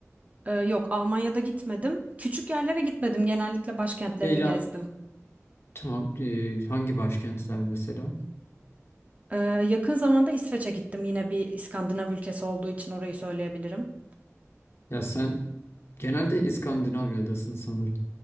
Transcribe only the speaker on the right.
Ee, yok Almanya'da gitmedim. Küçük yerlere gitmedim. Genellikle başkentlerini
gezdim.
Ee, yakın zamanda İsveç'e gittim. Yine bir İskandinav ülkesi olduğu için orayı söyleyebilirim.